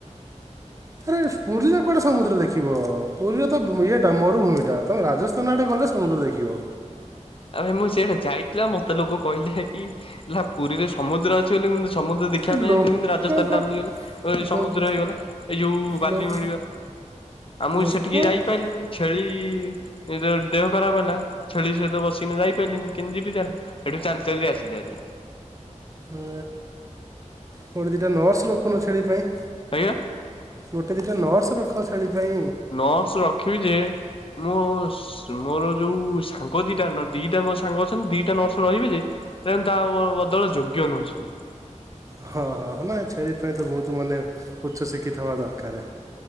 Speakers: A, on the left (about 45°); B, on the right (about 25°).
A: <inaudible>
B: ଏ ପୁରୀରେ କୁଆଡେ ସମୁଦ୍ର ଦେଖିବ ପୁରୀରେ ତ ବ ଇଏଟା ମରୁଭୂମି ଟା ତମେ ରାଜସ୍ଥାନ ଆଡେ ଗଲେ ସମୁଦ୍ର ଦେଖିବ।
A: ଆଉ ଭାଇ ମୁଁ ସେଟା ଯାଇଥିଲା ମତେ ଲୋକ କହିଲେ କି ହେଲା ପୁରୀରେ ସମୁଦ୍ର ଅଛି ବୋଲି ମୁଁ ସମୁଦ୍ର ଦେଖିବା
B: ଲୋକଙ୍କ
A: ପାଇଁ ଯାଇଥିଲି କିନ୍ତୁ ରାଜସ୍ଥାନ ଟା ମିଳିଗଲା ସମୁଦ୍ର
B: ଲୋକ
A: ହେଇଗଲା ଏଇ ଯୋଉ ବାଲି
B: ଲୋକ
A: ମିଳିଗଲା। ଆଉ ମୁଁ
B: ଲୋକ
A: ସେଠିକି ଯାଇପାରିଲିନି ଛେଳି ଏଇ ତ ଦେହ ଖରାପ ହେଲା ଛେଳି ସହିତ ବସିକ ପାରିଲିନି କେମିତି ଯିବି ତାହାଲେ ସେଠୁ ଚାଲି ଚାଲି ଆସିଲି ହାରି
B: ଉ ଗୋଟେ ଦିଟା ନର୍ସ ରଖୁନ ଛେଳି ପାଇଁ।
A: ଆଜ୍ଞା।
B: ଗୋଟେ ଦିଟା ନର୍ସ ରଖ ଛେଳି ପାଇଁ
A: ନର୍ସ ରଖିବି ଯେ ମୁଁ ସ ମୋର ଯୋଉ ସାଙ୍ଗ ଦିଟା ଦିଟା ମୋ ସାଙ୍ଗ ଅଛନ୍ତି ଦିଟା ନର୍ସ ରହିବେ ଯେ କିନ୍ତୁ ତା ବ ବଦଳ ଯୋଗ୍ୟ ନୁହ ସେ।
B: ହଁ ହଁ ନା ଛେଳି ପାଇଁ ତ ବହୁତ ମାନେ ଉଚ୍ଚ ଶିକ୍ଷିତ ହବା ଦରକାର।